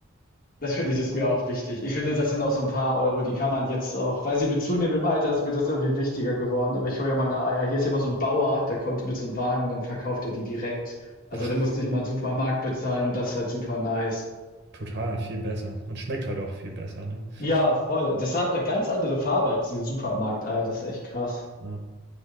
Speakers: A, on the left; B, on the right.
A: das finde ich, ist mir auch wichtig. Ich finde, das sind auch so ein paar Euro, die kann man jetzt auch weiß nicht, mit zunehmendem Alter ist mir das irgendwie wichtiger geworden, aber ich hole ja meine Eier hier ist ja immer so ein Bauer, der kommt mit so einem Wagen und dann verkauft er die direkt. Also,
B: Ach,
A: da musst ich nicht mal in Supermarkt bezahlen und das ist halt super nice.
B: total, viel besser. Und schmeckt halt auch viel besser, ne?
A: Ja, voll. Das hat eine ganz andere Farbe als diese Eier, das ist echt krass.
B: Ja.